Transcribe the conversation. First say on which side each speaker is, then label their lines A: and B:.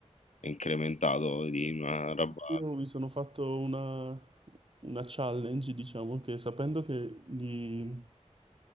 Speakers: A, on the left; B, on the right.
A: è incrementato di una roba
B: io mi sono fatto una, una challenge, diciamo, che sapendo che gli